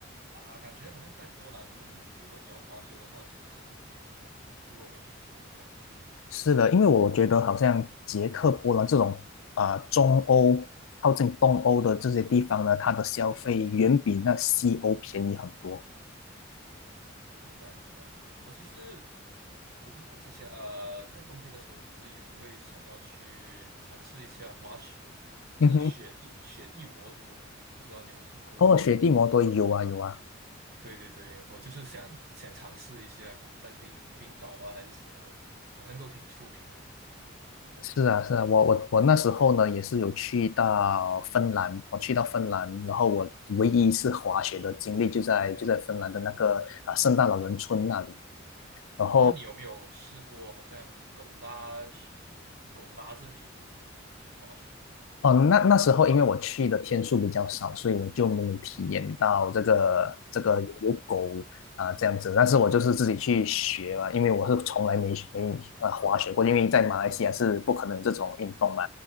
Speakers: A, on the right; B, on the left.
A: 啊，感觉好像在波兰，如果你要滑雪的话，其实是挺便宜的，如果没听错的话。
B: 是的，因为我觉得好像捷克、波兰这种啊、呃中欧靠近东欧的这些地方呢，它的消费远比那西欧便宜很多。
A: 明白，明白。我其实，我其实之前呃，在冬天的时候，其实也是会想要去尝试一下滑雪，就是雪地雪地摩托，
B: 嗯哼，
A: 不知道你有没有听过？
B: 哦，雪地摩托有啊有啊，
A: 对对对，我就是想想尝试一下，可能在冰冰岛啊还是什么的，好像都挺出名的。
B: 是啊，是啊，我我我那时候呢也是有去到芬兰，我去到芬兰，然后我唯一一次滑雪的经历就在就在芬兰的那个啊圣诞老人村那里，然后
A: 哦，那你有没有试过，好像狗拉狗拉着你这样子，就是滑雪的？
B: 哦，那那时候因为我去的天数比较少，所以我就没有体验到这个这个有狗啊、
A: 啊，
B: 这样子。但是我就是自己去学嘛，因为我是从来没没呃滑雪过，因为在马来西亚是不可能这种运动嘛。